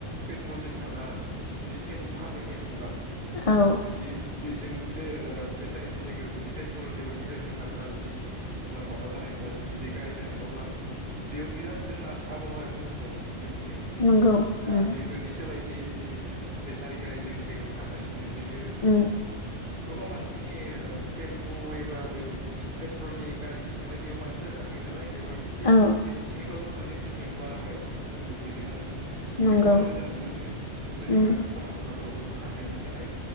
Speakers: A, on the right; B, on the left.
A: पेट्रलजों खारग्रा जुदि टेम्पु खारबाय थायोमोनबा
B: औ
A: जुदि बेजों बे ओ बेटारिनि जायगायाव जुदि पेट्रल एबा दिजेलजों खारग्रा जुदि ओ माबा जानाय मोनबा जुदि बे गारि जानाय मोनबा अब्ला बेयाव बिराद जोंना आबहावाया गुबुंबावगौमोन जोंनि जायगायाव
B: नंगौ
A: दा
B: उम
A: बेफोरनि सोलायदि जि बेटारि गारि जोंनि जायगायाव खार गासिनो बेयो
B: उम
A: गोबां मानसिनि ओ टेम्पु एबा बे ट्रलनि गारिनि सोलाय बेयाव मानसिफोरा गाखोयो नालाय बेवहाय एसे
B: औ
A: एसेबाबो मान ने जोंनियाव बारहावायाव एसे गोहोम गोग्लैदों आरो।
B: नंगौ
A: बेखौ आं मोजां मोनो बे जोंनि
B: उम
A: गामि खना खनलाफोरावबो खारनायनि थाखाय।